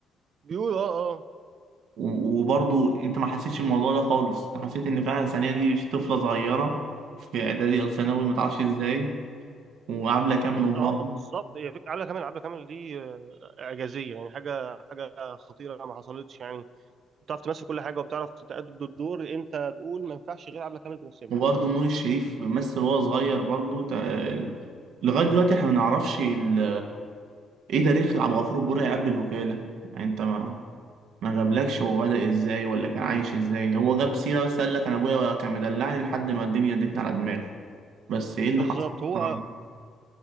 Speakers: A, on the right; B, on the right.
A: بيقول اه اه
B: و- وبرضو انت ما حسيتش الموضوع ده خالص انت حسيت ان فعلا ثانيه دي طفله صغيره في اعدادي او ثانوي ما تعرفش ازاي وعبله كامل امها
A: اه آه، بالظبط هي فك- عبلة كامل عبلة كامل دي آه، اعجازيه يعني حاجه حاجه خطيره ما حصلتش يعني بتعرف تمثل كل حاجه وبتعرف تأدي الدور انت تقول ما ينفعش غير عبله كامل تمثله
B: وبرضه نور الشريف مثل وهو صغير برضه تع- لغاية دلوقتي احنا ما نعرفش ال... ايه تاريخ عبد الغفور البرعي قبل الوكالة يعني انت ما ما جابلكش هو بدأ ازاي ولا كان عايش ازاي هو جاب سيرة بس قال لك انا ابويا كان مدلعني لحد ما الدنيا ادتني على دماغي بس ايه اللي
A: بالظبط
B: حصل
A: هو
B: آه.